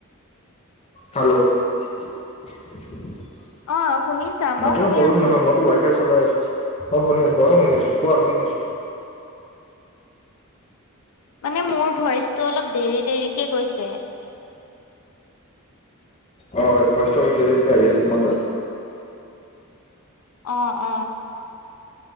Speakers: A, on the left; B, on the left.
A: হেল্ল' নেটৱৰ্কৰ
B: অ', শুনিছা মই শুনি
A: প্ৰব্লেম
B: আছো।
A: নহয় মইতো ৱাই ফাই চলাই আছো অ শুনি আছো অ শুনি আছো কোৱা শুনি আছো
B: মানে মোৰ ভইচটো অলপ দেৰি দেৰিকে গৈছে
A: হয় ভইচ টো অলপ দেৰি দেৰিকে আহি আছে তোমাৰ তাত।
B: অ অ